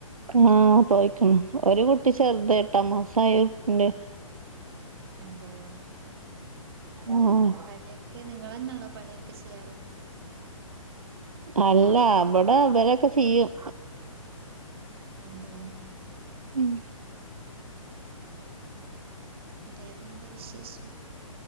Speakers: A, on the right; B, on the right.
A: ആഹ് പോയക്കാണ് ഒരു കുട്ടി ചെറുത് എട്ടാം മാസ ആയിട്ടുണ്ട്
B: അതേയെ
A: ആഹ്
B: പണിയൊക്കെ നിങ്ങൾ തന്നാണോ പണിയൊക്കെ ചെയ്യാറ്
A: അല്ല ഇവിടെ ഇവരൊക്കെ ചെയ്യും
B: അതെയെ
A: ഉം
B: വേറെന്താ വിശേഷം?